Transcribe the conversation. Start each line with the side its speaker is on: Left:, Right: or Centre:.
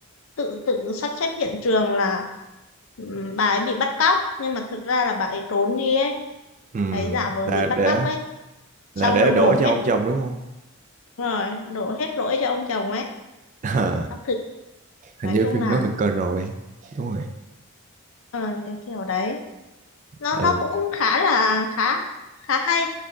Left: tự tự sắp xếp hiện trường là Ừ, bà ấy bị bắt cóc nhưng mà thực ra là bà ấy trốn đi ấy
Right: ừm,
Left: bà ấy giả vờ
Right: là
Left: bị bắt
Right: để
Left: cóc ấy
Right: là
Left: xong
Right: để
Left: rồi
Right: đổ
Left: đổ
Right: cho
Left: hết
Right: ông chồng đúng không?
Left: rồi đổ hết lỗi cho ông chồng ấy
Right: <laughs> À,
Left: các thứ nói
Right: hình như
Left: chung
Right: phim
Left: là
Right: đó mình coi rồi, đúng rồi.
Left: ờ, cái kiểu đấy nó
Right: Ừ,
Left: nó cũng khá là khá khá hay